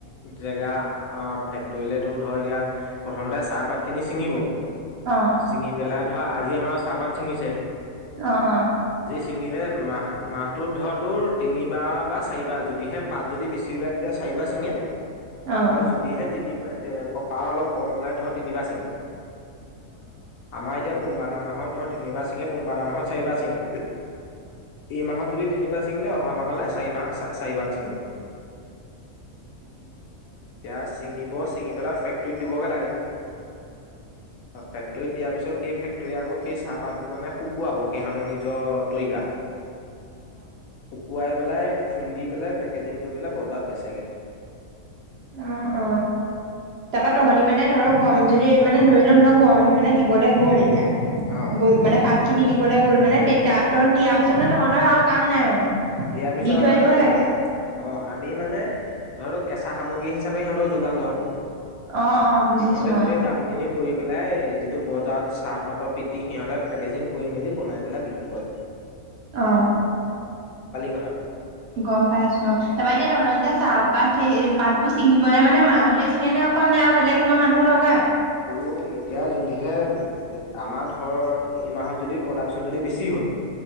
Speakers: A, on the left; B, on the right.
A: জেগা অ ফেক্টৰিলেটো ধৰ এতিয়া প্ৰথমতে চাহপাত খিনি ছিঙিব
B: অ
A: ছিঙি পেলাই ধৰা আজি আমাৰ চাহপাত ছিঙিছে
B: অ অ
A: চিঙিলে মাহ মাহটোত ধৰ তোৰ তিনিবাৰ বা চাৰিবাৰ যদিহে পাত যদি বেছি ওলায় তেতিয়া চাৰিবাৰ চিঙে
B: তহঁতি
A: আৰু যদিহে তিনিবাৰ তে পাত অলপ কম ওলাই ধৰ তিনিবাৰ চিঙে আমাৰ এতিয়া কোনোবা এটা মাহত ধৰ তিনিবাৰ চিঙে কোনোবা এটা মাহত চাৰিবাৰ চিঙে এই মাহৰ যদি তিনিবাৰ ছিঙিলে অহা মাহলে চাৰি মাহ চাৰিবাৰ ছিঙিব এতিয়া ছিঙিব ছিঙি পেলাই ফেক্টৰীত দিবগে লাগে ফেক্টৰীত দিয়াৰ পিছত সেই ফেক্টৰী আকৌ সেই চাহপাতবোৰ মানে শু শুকোৱাব সিহঁতৰ নিজৰ তৰিকাত শুকুৱাই পেলাই খুন্দি পেলাই পেকেজিং কৰি পেলাই বজাৰত বেচেগে
B: অ অ তাৰাপৰা তহঁতি মানে ধৰক যদি মানে ধৰি লও ন ঘৰৰ মানুহে মানে দিবলৈ গ'ল এতিয়া
A: অ
B: মানে পাত খিনি দিবলে গ'ল মানে তেতিয়া তহঁত দিয়াৰ পিছত মানে তহঁতৰ আৰু কাম নাই মানে
A: দিয়াৰ পিছত
B: দি থৈ
A: আমাৰ
B: আহিবহে
A: কাম
B: লাগে
A: নাই আৰু। অ আমি মানে ধৰক কেঁচা সামগ্ৰী হিচাপে সিহঁতক যোগান ধৰো।
B: অ অ বুজিছো
A: সিহঁতে
B: অ
A: গোটেই কাম খিনি কৰি পেলাই কি বজাৰত চাহপাতৰ পিতিি সিহঁতে পেকেজিং কৰি মেলি বনাই পেলাই বিক কি কয়।
B: অ'
A: কথাটো
B: উ গম পাইছো। অ তাৰপা এতিয়া ধন এতিয়া চাহপাত পাতবোৰ চিঙিবলৈ মানে মাহঁতে চিঙা নে অকল নে আৰু বেলেগ কোনোবা মানুহ লগাই?
A: ত' এতিয়া যদিহে উম আমাৰ ধৰ এই মাহত যদি প্ৰডাকচন যদি বেছি হ'ল?